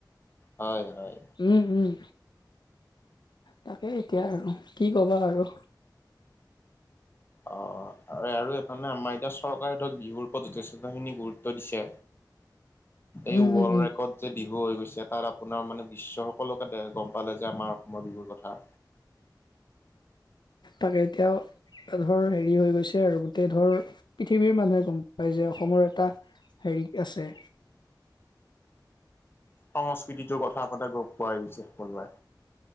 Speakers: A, on the left (about 30°); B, on the left (about 70°).
A: হয় হয়।
B: উম উম তাকে এতিয়া আৰু কি ক'বা আৰু।
A: অ অ আৰু মানে আমাৰ এতিয়া চৰকাৰে ধৰক বিহুৰ ওপৰত যথেষ্টখিনি গুৰুত্ব দিছে। এই
B: উম,
A: ৱৰ্ল্ড
B: উম, উম,
A: ৰেকৰ্ড যে বিহু হৈ গৈছে তাত আপোনাৰ মানে বিশ্বৰ সকলোকে দে গম পালে যে আমাৰ অসমৰ বিহুৰ কথা।
B: তাকে এতিয়াও ধৰ হেৰি হৈ গৈছে আৰু গোটেই ধৰ পৃথিৱীৰ মানুহে গম পায় যে অসমৰ এটা হেৰি আছে।
A: সংস্কৃতি জগঠা আপোনা গম পোৱাই গৈছে সকলোৱে।